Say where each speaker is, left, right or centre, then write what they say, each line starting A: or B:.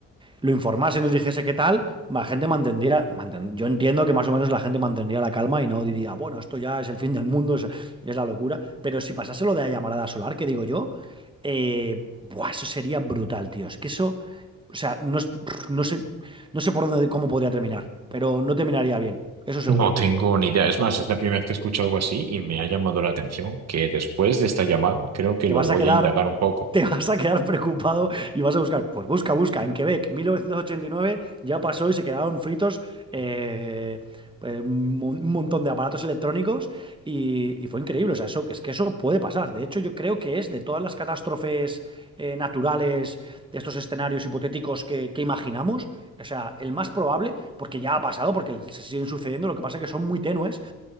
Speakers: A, on the right; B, on the right.
A: lo informase, nos dijese qué tal, la gente mantendría, manten- yo entiendo que más o menos la gente mantendría la calma y no diría, bueno, esto ya es el fin del mundo, es, es la locura, pero si pasase lo de la llamarada solar, que digo yo, eh, buah, eso sería brutal, tío, es que eso, o sea, no, es- no sé, no sé por dónde, cómo podría terminar, pero no terminaría bien, eso seguro.
B: No tengo ni idea. Es más, es la primera vez que escucho algo así y me ha llamado la atención que después de esta llamada creo que
A: Te
B: lo
A: vas
B: voy
A: a quedar,
B: a indagar un poco.
A: te vas a quedar preocupado y vas a buscar. Pues busca, busca. En Quebec, 1989, ya pasó y se quedaron fritos eh, pues, un mon- un montón de aparatos electrónicos y, y fue increíble. O sea, eso, es que eso puede pasar. De hecho, yo creo que es de todas las catástrofes eh, naturales, de estos escenarios hipotéticos que, que imaginamos. O sea, el más probable, porque ya ha pasado, porque se siguen sucediendo, lo que pasa es que son muy tenues